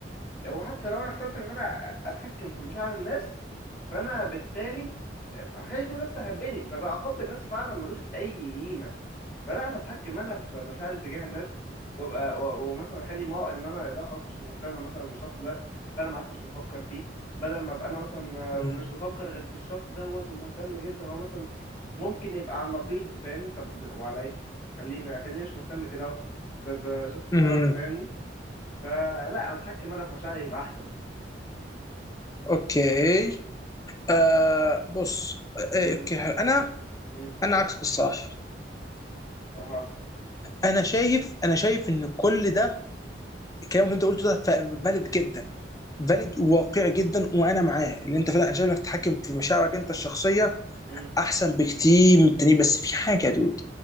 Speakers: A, on the left; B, on the left.
A: وحتى لو انا اخترت ان انا اتحكم في مشاعر الناس فانا بالتالي هخلي كل الناس تحبني فبقى حب الناس فعلا ملوش اي قيمه فلا انا اتحكم انا في مشاعري تجاه الناس وابقى و- ومثلا اخلي ما ان انا لا خلاص مش مهتم مثلا الشخص ده فانا ما عدتش بفكر فيه بدل ما ابقى انا مثلا مش
B: امم
A: بفكر غير في الشخص دوت ومهتم جدا هو مثلا ممكن يبقى عن نقيض فاهمني طب وعلى ايه خليه ما خليني مش مهتم كده اهو ب- بجست قرار
B: امم
A: فاهمني فلا انا اتحكم انا في مشاعري يبقى احسن يعني
B: اوكي آه بص آه آه،
A: امم
B: اوكي حلو. انا
A: امم
B: انا عكسك الصراحه
A: اها
B: انا شايف انا شايف ان كل ده الكلام اللي انت قلته ده فاليد جدا فاليد وواقعي جدا وانا معاه اللي انت فعلا انا شايف انك تتحكم في مشاعرك انت الشخصيه
A: امم
B: احسن بكتير من التانيين بس في حاجه يا دود